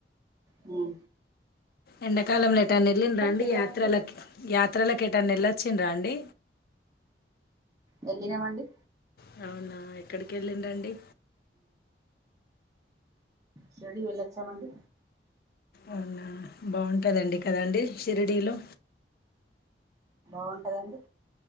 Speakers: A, on the right; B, on the left.
A: మ్
B: ఎండాకాలంలో ఎటైన వెళ్ళిర రండి
A: వెళ్ళామండి
B: యాత్రలకి యాత్రలకు ఎటైన వెళ్లొచ్చిరా అండి
A: వెళ్ళినామండి
B: వెళ్లినమండి అవునా ఎక్కడికి వెళ్ళిరు అండి
A: షిర్డీ వెళ్ళచ్చామండి
B: అవునా బావుంటదండి కదండి షిరిడిలో
A: బాగుంటద అండి